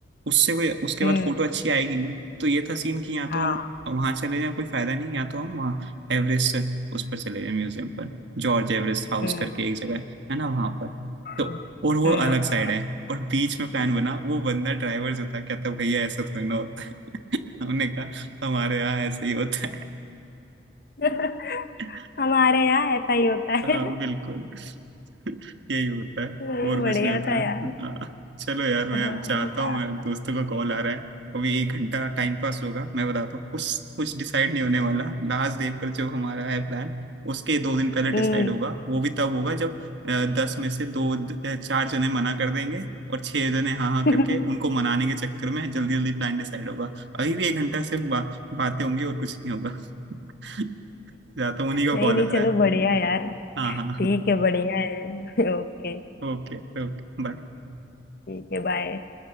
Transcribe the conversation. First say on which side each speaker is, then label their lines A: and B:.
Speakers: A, on the right (about 75°); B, on the left (about 50°).
A: उससे कोई उसके
B: हम्म
A: बाद फोटो अच्छी आएगी नहीं तो ये था सीन कि या
B: हाँ
A: तो हम वहां चले जाएं कोई फायदा नहीं या तो हम वहाँ एवरेस्ट उस पर चले जाएं म्यूजियम पर जॉर्ज एवरेस्ट हाउस
B: हम्म
A: करके एक जगह है है ना वहां पर तो
B: हम्म
A: और वो अलग साइड है और बीच में प्लान बना वो बंदा ड्राइवर जो था कहता भैया ऐसा थोड़ी ना होता है <laughs> हमने कहा हमारे यहाँ ऐसे ही होता
B: हम्म। <laughs>
A: है
B: हमारे यहाँ ऐसा ही होता
A: हाँ
B: है
A: बिल्कुल <laughs> यही होता है
B: नहीं
A: और कुछ
B: बढ़िया
A: नहीं होता
B: था यार
A: हाँ, चलो यार मैं
B: हाँ
A: अब जाता
B: का-
A: हूँ मैं दोस्तों का कॉल आ रहा है अभी एक घंटा टाइम पास होगा मैं बताता हूँ कुछ कुछ डिसाइड नहीं होने वाला लास्ट डे पर जो हमारा है प्लान उसके दो दिन पहले डिसाइड
B: हम्म
A: होगा वो भी तब होगा जब अ, दस में से दो अ, चार जने मना कर देंगे और छह जने हाँ हाँ
B: <laughs>
A: करके उनको मनाने के चक्कर में जल्दी जल्दी प्लान डिसाइड होगा अभी भी एक घंटा सिर्फ बा, बातें होंगी और कुछ नहीं होगा <laughs> जाता हूँ उन्हीं का
B: नहीं
A: कॉल
B: नहीं
A: आ रहा
B: चलो
A: है
B: बढ़िया यार
A: हाँ हाँ
B: ठीक है बढ़िया है ओके
A: Okay okay बाय
B: ठीक है बाय